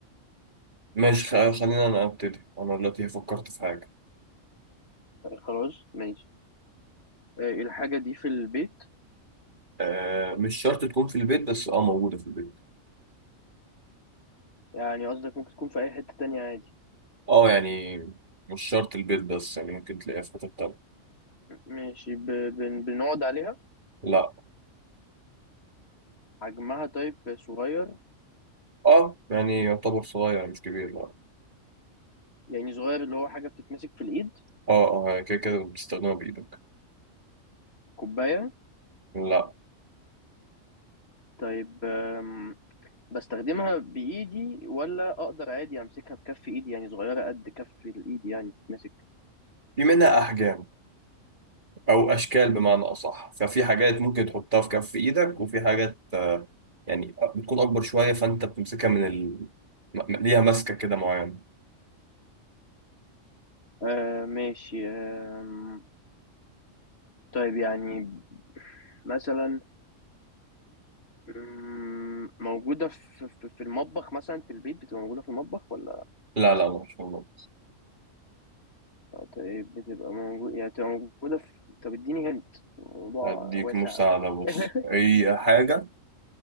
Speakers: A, on the right; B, on the left.
A: ماشي خ- خلينا انا ابتدي انا دلوقتي فكرت في حاجه
B: خلاص ماشي آه، الحاجة دي في البيت
A: آه مش شرط تكون في البيت بس اه موجوده في البيت
B: يعني قصدك ممكن تكون في أي حتة تانية عادي
A: اه يعني مش شرط البيت بس يعني ممكن تلاقيها في حته تانية
B: ماشي ب... بن... بنقعد عليها
A: لا
B: حجمها طيب صغير
A: اه يعني يعتبر صغير مش كبير لا
B: يعني صغير اللي هو حاجة بتتمسك في الإيد
A: اه اه يعني كده كده بتستخدمها بايدك
B: كوباية
A: لا
B: طيب آم، بستخدمها بإيدي ولا أقدر عادي أمسكها بكف إيدي يعني صغيرة قد كف الإيد يعني تتمسك
A: في منها احجام او اشكال بمعنى اصح ففي حاجات ممكن تحطها في كف ايدك وفي حاجات آه، يعني بتكون اكبر شويه فانت بتمسكها من ال... م- ليها ماسكه كده معينه
B: آه ماشي آم، طيب يعني مثلا مم، موجودة في في في المطبخ مثلا في البيت بتبقى موجودة في المطبخ ولا
A: لا لا ما شاء الله
B: طيب بتبقى موجودة يعني بتبقى موجودة في طب اديني هنت الموضوع
A: هديك
B: واسع
A: مساعده
B: أوي
A: بص
B: <laughs>
A: هي حاجه